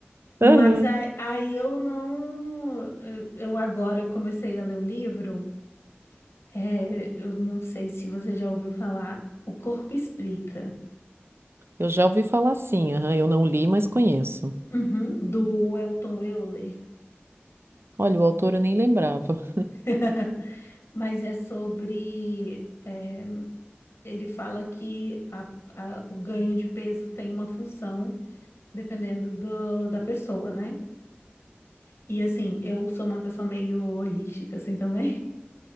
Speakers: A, on the left; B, on the right.
A: mas
B: Aham.
A: aí, aí eu não. Eu eu agora comecei a ler um livro. é, eu não sei se você já ouviu falar, O Corpo Explica,
B: Eu já ouvi falar assim, aham. Eu não li, mas conheço.
A: Uhum, do Elton Euler.
B: Olha, o autor eu nem lembrava.
A: <laughs> mas é sobre. é, ele fala que a- a- o ganho de peso tem uma função dependendo do- da pessoa, né? E assim, eu sou uma pessoa meio holística, assim também. <laughs>